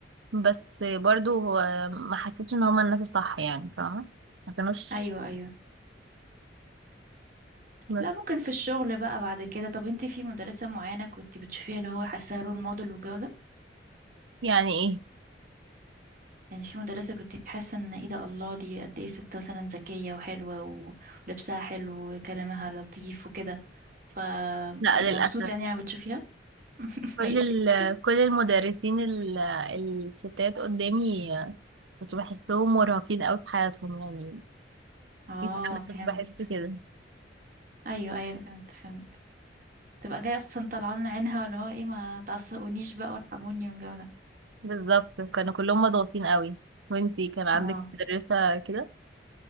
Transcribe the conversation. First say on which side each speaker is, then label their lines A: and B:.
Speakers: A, on the right; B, on the right.
A: بس برضو هو ما حسيتش ان هما الناس الصح يعني فاهمة ما كانوش
B: أيوه أيوه
A: بس
B: لا ممكن في الشغل بقى بعد كده طب انتي في مدرسة معينة كنت بتشوفيها اللي هو حاساها رول موديل والجو ده
A: يعني ايه
B: يعني في مدرسة كنت حاسة ان ايه ده الله دي قد ايه ست مثلا ذكية وحلوة و- ولبسها حلو وكلامها لطيف وكده فبتبقي
A: لا للأسف
B: مبسوطة يعني لما بتشوفيها <laughs>
A: كل
B: ماشي اوكي
A: ال كل المدرسين ال الستات قدامي آه، كنت بحسهم مرهقين قوي في حياتهم يعني
B: اه
A: في-
B: فهمت
A: كنت بحس كده
B: ايوه ايوه فهمت فهمت تبقى جاية اصلا طلعان عينها اللي هو ايه ما تعصبونيش بقى وارحموني والجو ده
A: بالظبط كانوا كلهم مضغوطين قوي وانتي كان عندك
B: اه
A: مدرسة كده